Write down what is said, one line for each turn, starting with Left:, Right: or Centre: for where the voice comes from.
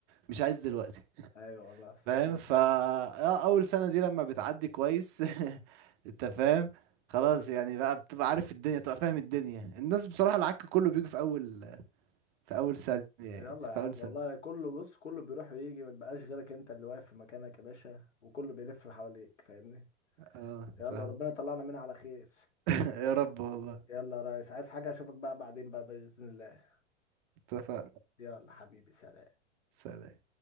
Right: مش عايز دلوقتي
Left: ايوه والله ساعات
Right: فاهم
Left: بت...
Right: فا آه، اول سنه دي لما بتعدي كويس <laughs> انت فاهم خلاص يعني بقى بتبقى عارف الدنيا بتبقى فاهم الدنيا الناس بصراحه العك كله بيجي في اول في اول سنه يعني
Left: يلا
Right: في
Left: يا عم
Right: اول سنه
Left: والله كله بص كله بيروح ويجي ما تبقاش غيرك انت اللي واقف في مكانك يا باشا وكله بيلف حواليك فاهمني
Right: اه
Left: يلا
Right: فاهم
Left: ربنا يطلعنا منها على خير
Right: <laughs> يا رب والله
Left: يلا يا ريس عايز حاجة اشوفك بقى بعدين بقى بإذن الله
Right: اتفقنا
Left: يلا حبيبي سلام
Right: سلام